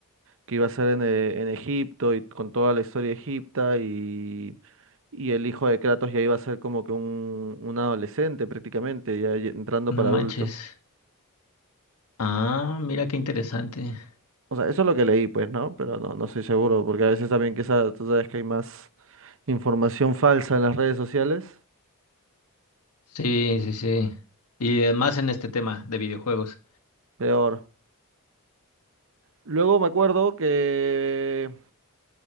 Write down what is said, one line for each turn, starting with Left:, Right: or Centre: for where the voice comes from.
Right: que iba a ser en, eh, en Egipto y con toda la historia egipta y, y el hijo de Kratos ya iba a ser como que un, un adolescente prácticamente, ya ye- entrando
Left: No
Right: para
Left: manches.
Right: adulto.
Left: Ah, mira qué interesante.
Right: O sea, eso es lo que leí, pues, ¿no? Pero no, no estoy seguro, porque a veces también que esa, tú sabes que hay más información falsa en las redes sociales,
Left: Sí, sí, sí. Y además en este tema de videojuegos,
Right: peor. Luego me acuerdo que